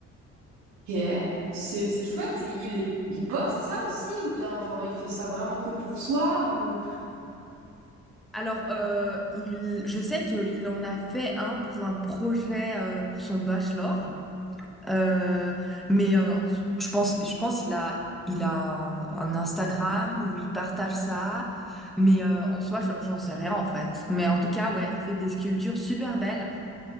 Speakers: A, on the right; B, in the centre.
A: Ok. C'est, c'est chouette. Et Il, les, il poste ça aussi, ou bien genre il fait ça vraiment que pour soi, ou...
B: Alors, euh, il, je sais qu'il en a fait un pour un projet euh, pour son bachelor, Euh, mais euh, en sou- je pense, je pense qu'il a, il a un Instagram où il partage ça, mais euh, en soi, je- j'en sais rien en fait. Mais en tout cas, ouais, il fait des sculptures super belles